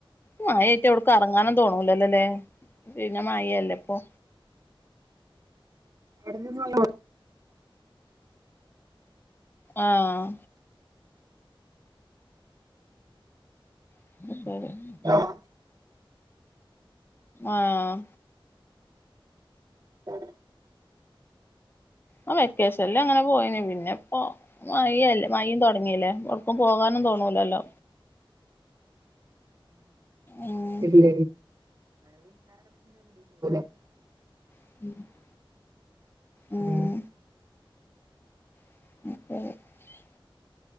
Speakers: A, on the left; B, on the right.
A: മയയായിട്ട് എവിടക്ക് കറങ്ങാനും തോന്നൂലല്ലല്ലേ പിന്നെ മയല്ലേ ഇപ്പൊ
B: <unintelligible>
A: ആഹ് <unintelligible>
B: <inaudible>
A: ആഹ്
B: <inaudible>
A: ആ വെക്കേഷനിൽ അങ്ങനെ പോയിന് പിന്നെ ഇപ്പൊ മഴല്ലേ മഴ തുടങ്ങില്ലേ ഇപ്പ പോകാനും തോന്നൂലല്ലോ ഉം
B: ഇല്ല <unintelligible>
A: <inaudible>
B: <inaudible>
A: ഉം <inaudible>